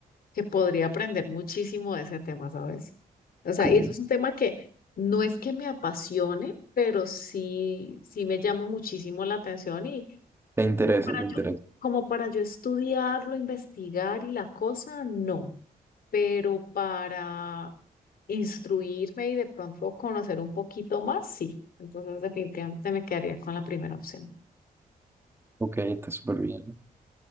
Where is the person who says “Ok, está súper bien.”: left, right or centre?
Right